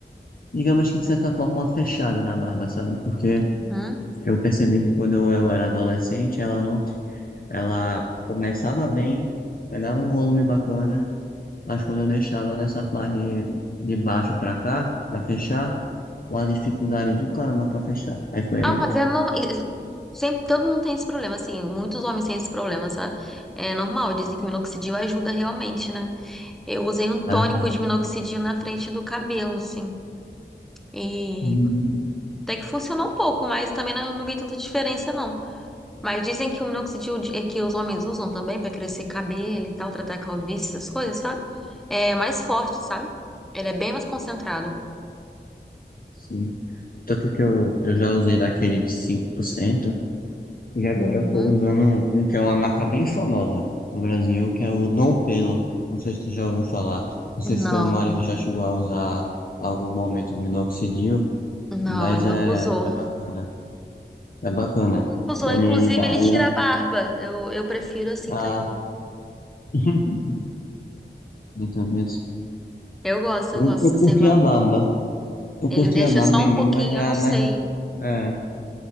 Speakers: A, on the left; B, in the centre.
A: Digamos que de certa forma uma fechada na barba, sabe? Porque
B: Uhum.
A: eu percebi que quando eu, eu era adolescente, ela não. Ela começava bem, pegava um volume bacana, mas quando eu deixava nessa parte de baixo para cá, para fechar, uma dificuldade do caramba para fechar. Aí foi.
B: Ah,
A: aí
B: mas é normal. Sempre, todo mundo tem esse problema, assim, muitos homens têm esse problema, sabe? É normal, dizem que minoxidil ajuda realmente, né? Eu usei um tônico
A: Ai,
B: de minoxidil na frente do cabelo, assim, e
A: hum,
B: até que funcionou um pouco, mas também não, não vi tanta diferença, não. Mas dizem que o minoxidil de- é que os homens usam também pra crescer cabelo e tal, tratar calvície, essas coisas, sabe? É mais forte, sabe? Ele é bem mais concentrado.
A: sim. Tanto que eu, eu já usei daquele de 5% e agora
B: Uhum.
A: eu tô usando um um que é uma marca bem famosa no Brasil, que é o Dom Pelo. Não sei se tu já ouviu falar. Não
B: Não.
A: sei se teu marido já chegou a usar em algum momento o minoxidil,
B: Não,
A: mas
B: ele
A: é,
B: não usou.
A: é bacana. É bacana.
B: Ele não usou.
A: Ele,
B: Inclusive, ele
A: ele
B: tira a barba. Eu, eu prefiro assim
A: ah,
B: também.
A: <laughs> Então, isso.
B: Eu gosto, eu
A: Eu,
B: gosto
A: eu
B: sem
A: curti
B: barba.
A: a barba. Eu
B: Ele
A: curti
B: deixa
A: a barba
B: só
A: em
B: um pouquinho,
A: mim, mas é
B: eu não sei.
A: mais é, é,